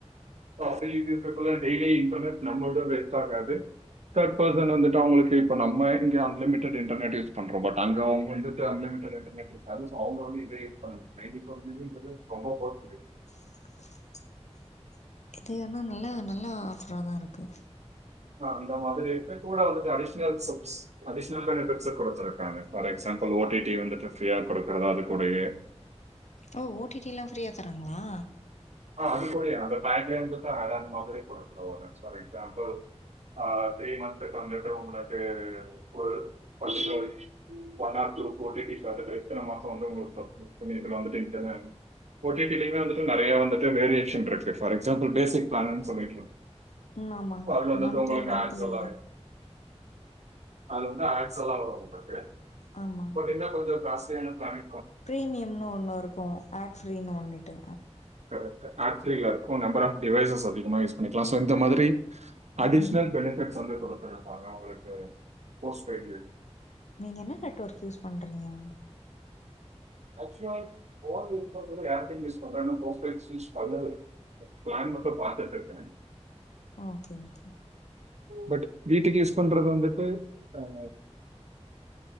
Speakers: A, on the right (about 75°); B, on the left (about 80°).
A: ப்ராஃபில் இஜியண்ட்குள்ள டெய்லி இன்டர்நெட் நம்முள்து வேஸ்ட் ஆகாது தெர்ட் பெர்சன் வந்துட்டு அவங்களுக்கு இப்ப நம்ம இங்க அன்லிமிட்டட் இன்டர்நெட் யூஸ் பண்றோ பட் அங்க அவங்க வந்துட்டு அன்லிமிட் இன்டர்நெட் பர்மஸ் அவங்க வந்து இதே யூஸ் பண்ண நைன்ட்டி பெர்சென்ட்ங்குறது காமன் ஃபார் டுடே
B: <inaudible> இது என்னா நல்ல நல்ல ஆஃபராதா இருக்கு
A: ஆ அந்த மாதிரி இப்ப கூட வந்து அடிஷ்னல் சப்ஸ் அடிஷ்னல் பெனிஃபிட்ஸ் குடுத்துருக்காங்க ஃபார் எக்ஸாம்பிள் ஓடிடி வந்துட்டு ஃப்ரீயா குடுக்குறது அது கூடயே
B: ஓ ஓடிடிலா ஃப்ரீயா தராங்களா
A: ஆ அது கூடயே அது பேக்கிரவுண்ட்தா அது அந்த மாதிரியே குடுக்கலா அவஙக ஃபார் எக்ஸாம்பில் அ த்ரீ மந்த்க்கு வந்துட்டு உங்களுக்கு ஒரு பத்துக்கு ஒன் ஆர் டூ ஃபோர்டி டிஸ் வந்துட்டு இத்தன மாசம் வந்து உங்களுக்கு சப்ஸ்கிரிப்ஷன் இதுல வந்துட்டு இன்ட்டர்நெட் ஓ டி டி லயுமே நெறய வந்துட்டு நெறய வந்துட்டு வேரியேஷன் இருக்கு ஃபார் எக்ஸாம்பிள் பேசிக் பிளான்னுன் சொல்லிட்டு இருக்
B: ம் ஆமா
A: இப்ப அது வந்துட்டு
B: மந்த்லி
A: உங்களுக்கு
B: மந்த்லி
A: ஆன்ஸலாய அது வந்து ஆட்சலா வரு உங்களுக்கு
B: ஆமா
A: <unintelligible> என்ன கொஞ்சோ காஸ்டலியான பிளானு
B: பிரீமியம்னு ஒண்ணு இருக்கு ஆட் ஃப்ரீனு ஒன்னுட்டு
A: கரெக்ட்டு ஆட்ஃப்ரீல இருக்கு நம்பர் ஆஃப் டிவைசஸ் அதிகமா யூஸ் பண்ணிக்கலா சோ இந்த மாதிரி அடிஷ்னல்
B: ம்
A: பெனிபிட்ஸ் வந்து குடுத்துருப்பாங்க உங்களுக்கு போஸ்ட் பெய்ட்ல இருந்து
B: நீங்க என்ன கட்ஒர்க் யூஸ் பண்றீங்க
A: ஆக்சுவ ஃபோன் யூஸ் பண்றது யாருமே யூஸ் பண்றனா போஸ்ட்பெய்ட் யூஸ் பண்ணவே இல்ல பிளான் மட்டு பாத்துட் இருக்க
B: ஆ தாங்யூ
A: பட் வீட்டுக்கு யூஸ் பண்றது வந்துட்டு ஆ